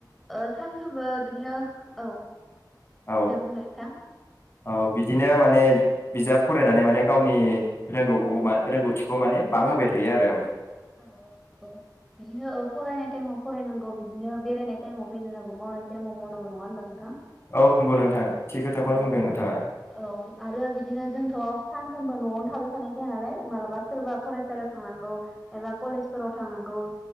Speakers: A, in the centre; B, on the left (about 35°).
A: ओ सानफ्रोमबो बिदिनो औ।
B: औ
A: दे बुंनाय नोंथां।
B: औ बिदिनो माने बिजाब फरायनानै माने गावनि। रोंगौखौ म
A: औ
B: रोंगौथिखौ माने। बां होबाय थायो आरो।
A: औ औ नंगौ बिदिनो फरायनाय टाइमाव फरायनांगौ बिदिनो बेरायनाय टाइमाव बेरायनांगौ मावनाय टाइमाव मावनांगौ नङा होनबा? थां
B: औ नंगौ नोंथां थि खोथाखौनो
A: औ
B: बुंदों नोंथाङा
A: औ आरो बिदिनो जोंथ' सान। सानबा न'आवनो थाबाय थानाय जाया नालाय मालाबा सोरबा फरायसालियाव थांनांगौ। एबा कलेजफोराव थांनांगौ